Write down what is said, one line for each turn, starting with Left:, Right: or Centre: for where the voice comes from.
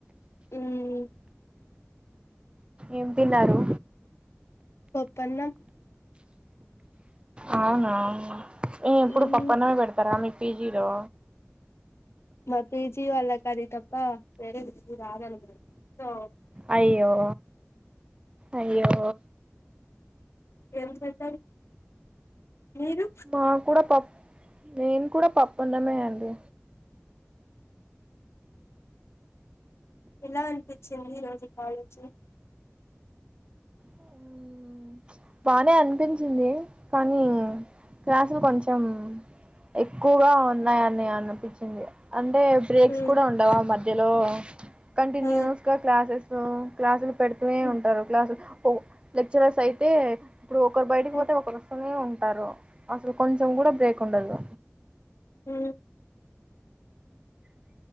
Left: హ్మ్మ్
Right: ఏం తిన్నారు?
Left: పాపన్నం
Right: అవునా ఏ ఇప్పుడు
Left: ఉమ్,
Right: పప్పన్నమే పెడతారా మీకు పిజి లో
Left: మా పీజీ వాళ్లకి అది తప్ప వేరేది రావు అనుకుంటా
Right: అయ్యో అయ్యో
Left: ఏం పెడతారు మీరు
Right: మాకూడా పప్ నేను కూడా పప్పన్నమే అండి
Left: ఇలాంటి చింది ఈరోజు కాలేజి
Right: ఉ బానే అనిపించింది కానీ క్లాసులు కొంచెం ఎక్కువగా ఉన్నాయని అనిపించింది అన్ అంటే బ్రేక్స్
Left: ఉమ్,
Right: కూడా ఉండవా మధ్య లో కన్టిన్యూస్గా
Left: ఆ,
Right: క్లాసెస్ సో కక్లాసులు పెడుతూనే
Left: ఉమ్,
Right: ఉంటారు క్లాసెస్ పూ లెక్చరర్స్ అయితే ఇప్పుడు ఒకరు బయటకి
Left: ఉమ్,
Right: పోతే ఒకరు వస్తనే ఉ తరో అసలు కొంచెం కూడా బ్రేక్ ఉండదు
Left: ఉ